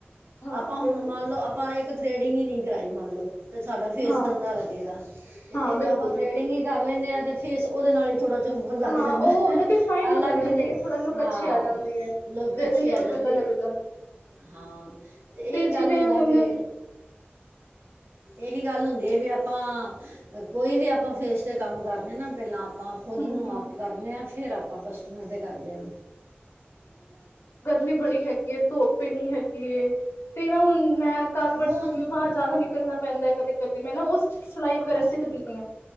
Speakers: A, on the left; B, on the right.
A: ਹਾਂ
B: ਆਪਾਂ
A: ਬਿਲਕੁਲ
B: ਹੁਣ ਮੰਨ
A: ਬਿਲਕੁਲ
B: ਲਓ ਆਪਾਂ ਇੱਕ ਥਰੈਡਿੰਗ ਈ ਨੀ ਕਰਵਾਾਈ ਮੰਨ ਲਓ। ਅਤੇ ਸਾਡਾ ਫੇਸ
A: ਹਾਂ
B: ਗੰਦਾ ਲੱਗੇਗਾ ਅਤੇ
A: ਹਾਂ
B: ਇੱਕ
A: ਬਿਲਕੁਲ
B: ਆਪਾਂ ਥਰੇਡਿੰਗ
A: ਬਿਲਕੁਲ
B: ਹੀ ਕਰ ਲੈਂਨੇ ਆ ਤੇ ਫੇਸ ਉਹਦੇ ਨਾਲ ਹੀ ਥੋੜ੍ਹਾ ਚੰਗਾ ਲੱਗ
A: ਹਾਂ
B: ਜਾਂਦਾ
A: ਉਹ ਹੁੰਦਾ
B: ਐ,
A: ਡਿਫਾਈਨ
B: ਅਲੱਗ
A: ਹੋ ਜਾਂਦਾ
B: ਜਿ
A: ਫੇਸ ਥੋੜਾ ਲੁੱਕ
B: ਹਾਂ
A: ਅੱਛੀ ਆ ਜਾਂਦੀ ਐ
B: ਲੁਕ
A: ਪ੍ਰੈਜੈਂਟੇਬਲ
B: ਅੱਛੀ ਆ ਜਾਂਦੀ।
A: ਬੰਦਾ ਲੱਗਦਾ
B: ਹਾਂ ਤੇ ਇਹ ਗੱਲ
A: ਜਿਵੇਂ
B: ਹੁੰਦਾ
A: ਹੁਣ
B: ਵੀ ਇਹੀ ਗੱਲ ਹੁੰਦੀ ਹੈ ਵੀ ਆਪਾਂ, ਕੋਈ ਵੀ ਆਪਾਂ ਫੇਸ 'ਤੇ ਕੰਮ ਕਰਨੇ ਨਾ ਪਹਿਲਾਂ ਆਪਾਂ ਖੁਦ
A: ਹੂੰ-ਹੂੰ,
B: ਨੂੰ ਅੱਪ ਕਰਨੇ ਹਾਂ, ਫੇਰ ਆਪਾਂ ਕਸਟਮਰ ਦੇ। ਕਰਦੇ ਆ।
A: ਵੀ ਬੜੀ ਹੈਗੀ ਏ ਧੁੱਪ ਏਨੀ ਹੈਗੀ ਏ ਤੇ ਨਾ ਹੁਣ ਮੈਂ ਕੱਲ ਪਰਸੋਂ
B: ਹੁਣ
A: ਦੀ। ਜ਼ਿਆਦਾ ਨਿਕਲਣਾ ਪੈਂਦਾ ਕਦੇ, ਕਦੇ ਮੈਂ ਨਾ ਉਹ ਸਿਲਾਈ ਵਗੈਰਾ ਸਿੱਖਦੀ ਤੇ